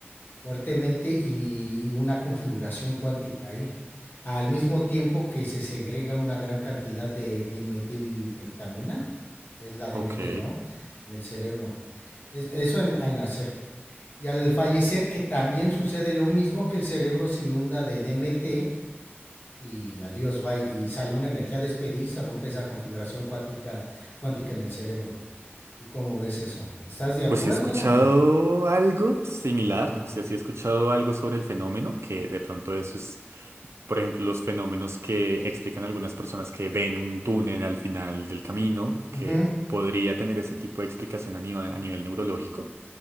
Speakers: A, on the left (about 45°); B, on the right (about 85°).
A: fuertemente y, y una configuración cuántica ahí, al mismo tiempo que se segrega una gran cantidad de dimetiltriptamina, que es la DMT,
B: ok.
A: ¿no? En el cerebro. Es, eso en, al nacer. Y al fallecer, que también sucede lo mismo que el cerebro se inunda de DMT y adiós, va y sale una energía despedida y se rompe esa configuración cuántica, cuántica en el cerebro. ¿Tú cómo ves eso? ¿Estás de acuerdo
B: Pues sí he escuchado
A: o...?
B: algo similar,
A: Ajá.
B: o sea, sí he escuchado algo sobre el fenómeno, que de pronto eso es, por ejemplo, los fenómenos que explican algunas personas que ven un túnel al final del camino,
A: Ujú,
B: que podría tener ese tipo de explicación a nivel, a nivel neurológico.